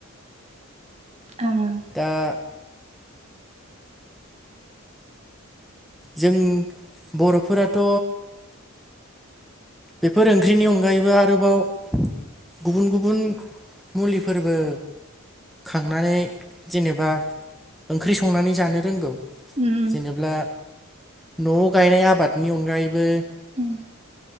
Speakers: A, on the right (about 30°); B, in the centre.
A: ओं।
B: दा जों बर'फोराथ' बेफोर ओंख्रिनि अनगायैबो आरोबाव गुबुन गुबुन मुलिफोरबो खांनानै जेनेबा ओंख्रि संनानै जानो रोंगौ
A: उम
B: जेनेब्ला न'आव गायनाय आबादनि अनगायैबो
A: उम।